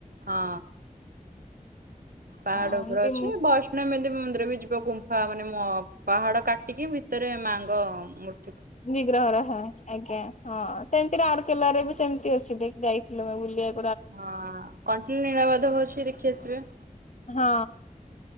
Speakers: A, on the right; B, on the left.
A: ହଁ ପାହାଡ
B: ଏମତି
A: ଉପରେ ଅଛି। ବୈଷ୍ଣବ ଦେବୀ ମନ୍ଦିର ବି ଯିବ ଗୁମ୍ଫା ମାନେ ମ ପାହାଡ କାଟିକି ଭିତରେ ମାଙ୍କ ମୂ
B: ବିଗ୍ରହ ର ହଁ ଆଜ୍ଞା ହଁ ସେମିତିରେ ରାଉରକେଲାରେ ବି ସେମିତି ଅଛି ଦେ ଯାଇଥିଲ ଆମେ ବୁଲିବା
A: ହଁ କଣ୍ଟିଲୋ ନୀଳାବାଧବ ଅଛି ଦେଖି ଆସିବେ।
B: ହଁ